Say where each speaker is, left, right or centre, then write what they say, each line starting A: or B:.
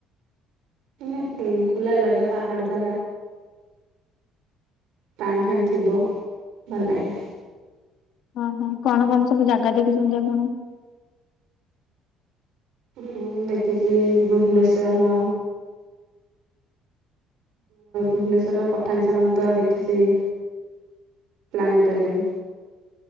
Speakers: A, on the right; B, on the left.
A: ମାନେ ଖୋଲା ଜାଗା ପାହାଡ ଜାଗା। ପାଣି ଫାଣୀ ଥିବ ଭଲ ଲାଗେ।
B: ଓହୋ କଣ କଣ ସବୁ ଜାଗା ଦେଖୁଛନ୍ତି ଆପଣ?
A: ମୁଁ ଦେଖିଛି ଭୁବନେଶର ଭୁବନେଶ୍ଵର ପଠାଣି ସାମନ୍ତ ଦେଖିଛି। ପ୍ଲାନେଟୋରିୟମ୍।